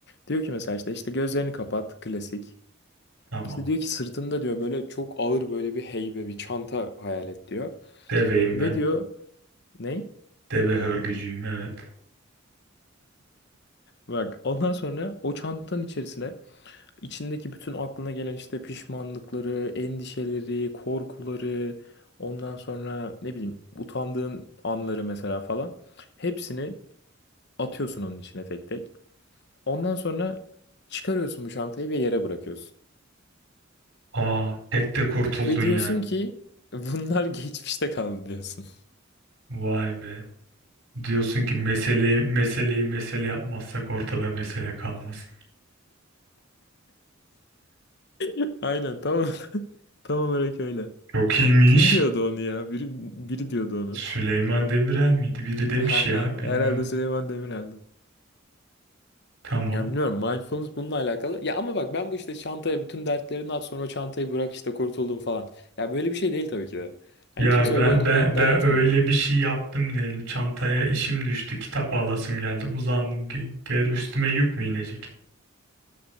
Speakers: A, on the left; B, on the right.
A: Diyor ki mesela işte işte gözlerini kapat klasik.
B: Tamam.
A: İşte diyor ki sırtında diyor böyle çok ağır böyle bir heybe bir çanta hayal et diyor.
B: Deveyim
A: Ve
B: ben.
A: diyor ne?
B: Deve hörgücüyüm evet.
A: Bak ondan sonra o çantanın içerisine içindeki bütün aklına gelen işte pişmanlıkları, endişeleri, korkuları, ondan sonra ne bileyim utandığın anları mesela falan hepsini atıyorsun onun içine tek tek. Ondan sonra çıkarıyorsun bu çantayı ve yere bırakıyorsun.
B: Aa, tek de kurtuldun
A: Ve diyorsun
B: yani.
A: ki bunlar <laughs> geçmişte kaldı diyorsun.
B: Vay be. Diyorsun ki meseleyi meseleyi mesele yapmazsak ortada mesele kalmaz.
A: <laughs> Aynen tamam tam olarak öyle.
B: Çok iyiymiş.
A: Kim diyordu onu ya? Biri, biri diyordu onu.
B: Süleyman Demirel miydi? Biri demiş
A: Ha
B: ya,
A: ha.
B: bilmiyorum.
A: Herhalde Süleyman Demirel'di.
B: Tamam.
A: Ya bilmiyorum mindfulness bununla alakalı. Ya ama bak ben bu işte çantaya bütün dertlerini at sonra çantayı bırak işte kurtuldum falan. Ya böyle bir şey değil tabii ki de. Hani
B: Ya
A: kimse
B: ben
A: öyle olduğunu
B: ben
A: da iddia
B: ben
A: etmiyor.
B: öyle bir şey yaptım diyelim. Çantaya işim düştü, kitap alasım geldi. Uzandım ge- geri üstüme yük mü inecek?